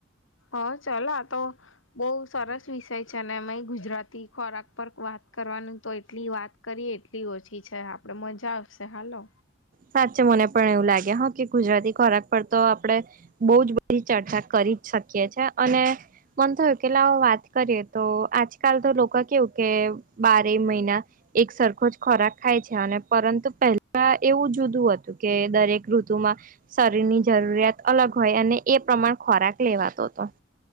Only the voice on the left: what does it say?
હ ચાલો આતો બહુ સરસ વિસય છે અને એમાં ગુજરાતી ખોરાક સંપર્ક વાત કરવાની તો એટલી વાત કરીએ એટલી ઓછી છે આપણે મજા આવશે હાલો